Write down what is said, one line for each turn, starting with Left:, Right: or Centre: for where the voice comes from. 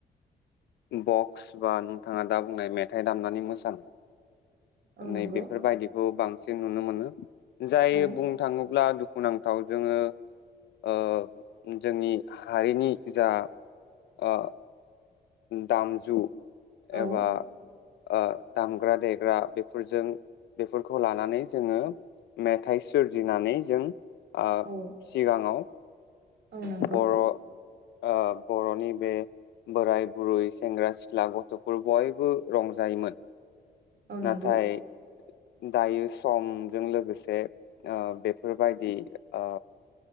Left: बक्स बा नोंथाङा दा बुंनाय मेथाइ दामनानै मोसानाय
Right: औ नंगौ
Left: नै बेफोरबायदिखौ बांसि सिन नुनो मोनो। जाय
Right: औ
Left: बुं थाङोब्ला दु खुनांथाव जोङो ओ जोंनि हारिनि जा ओ दामजु
Right: औ
Left: एबा ओ दामग्रा देग्रा बेफोरजों बेफोरखौ लानानै जोङो मेथाइ सोरजिनानै जों आ
Right: औ
Left: सिगाङाव
Right: औ नंगौ
Left: बर' ओ बर'नि बे बोराय बुरै सेंग्रा सिख्ला गथ'फोर बयबो रंजायोमोन।
Right: औ
Left: नाथाय
Right: नोंगौ।
Left: दायो समजों लोगोसे ओ बेफोर बायदि ओ